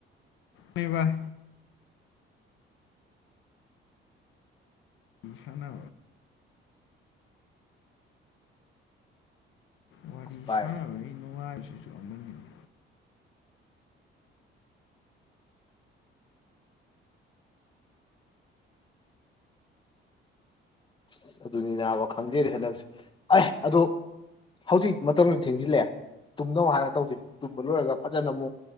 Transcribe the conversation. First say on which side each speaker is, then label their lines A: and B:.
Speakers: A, on the left; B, on the left.
A: ꯕꯥꯏ ꯁꯅ ꯋꯥꯔꯤꯔꯤ
B: ꯑꯁ ꯚꯥꯏ
A: ꯁꯅꯔ ꯅꯨꯡꯉ ꯍꯥꯏꯁꯨꯁꯨ ꯑꯃꯅꯤꯅꯤꯅꯤ
B: ꯑꯁ ꯑꯗꯨꯅꯤ ꯅꯥꯕ ꯈꯪꯗꯦꯗꯤ ꯍꯟꯗꯛꯁꯦ ꯑꯦ ꯑꯗꯣ ꯍꯧꯖꯤꯛ ꯃꯇꯝꯗꯨ ꯊꯦꯡꯖꯤꯜꯂꯛꯑꯦ ꯇꯨꯝꯅꯧ ꯍꯥꯏꯔ ꯇꯧꯁꯦ ꯇꯨꯝꯕ ꯂꯣꯏꯔꯒ ꯐꯖꯅ ꯑꯃꯨꯛ